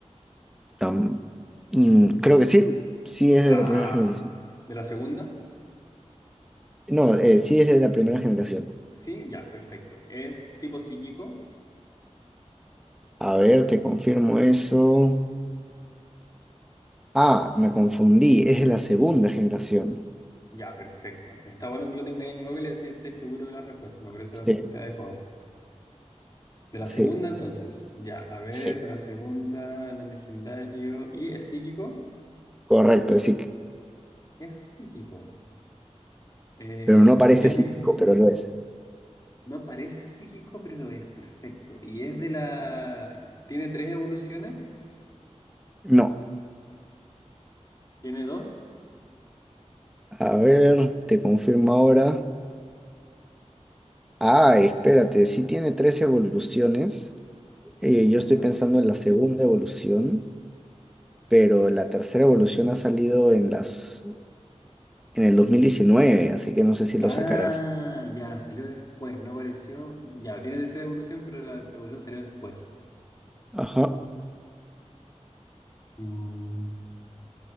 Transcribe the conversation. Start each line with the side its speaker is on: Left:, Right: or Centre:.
Centre: Tam- Mm, creo que sí. Sí es de
Left: Ah,
Centre: la primera generación.
Left: ¿de la segunda?
Centre: No, eh,
Left: Es-
Centre: sí es de la primera generación.
Left: Sí, ya, perfecto. ¿Es tipo psíquico?
Centre: A ver, te confirmo eso. Ah, me confundí, es de la segunda generación.
Left: Ya, perfecto. Está bueno que lo tengáis en Google y así estáis seguro de la respuesta. Me parece bastante
Centre: Sí,
Left: adecuado. De la
Centre: sí,
Left: segunda, entonces. Ya, a ver,
Centre: sí,
Left: de la segunda, no es legendario. ¿Y es psíquico?
Centre: correcto, es psíquico.
Left: Es psíquico. Eh,
Centre: Pero no parece
Left: tiene,
Centre: psíquico, pero lo es.
Left: no parece psíquico, pero lo es, perfecto. Y es de la... ¿Tiene tres evoluciones?
Centre: No.
Left: ¿Tiene dos?
Centre: A ver, te confirmo ahora. Ah, espérate, sí tiene tres evoluciones. Eh,
Left: Ya.
Centre: yo estoy pensando en la segunda evolución, pero la tercera evolución ha salido en las, en el 2019, así que no sé si lo
Left: Ah,
Centre: sacarás.
Left: ya, salió después, no apareció. Ya, tiene tercera evolución, pero la evolución salió después.
Centre: Ajá.
Left: Mm,